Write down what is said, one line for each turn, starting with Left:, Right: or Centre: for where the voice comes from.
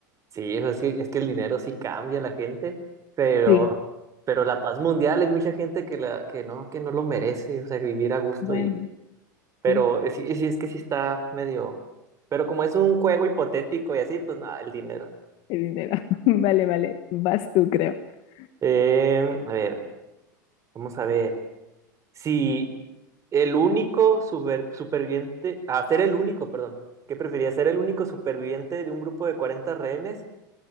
Right: Sí, pues, es que, es que el dinero sí cambia a la gente, pero,
Left: Sí,
Right: pero la paz mundial hay mucha gente que la, que no, que no lo merece, o sea, vivir a gusto
Left: bueno,
Right: y Pero
Left: sí,
Right: es, es- es que sí está medio. Pero como es un juego hipotético y así, pues nada, el dinero.
Left: el dinero. <laughs> Vale, vale, vas tú, creo. <laughs>
Right: Eh, a ver, vamos a ver. Si el único super- superviviente. Ah, ser el único, perdón. ¿Qué preferirías? ¿Ser el único superviviente de un grupo de 40 rehenes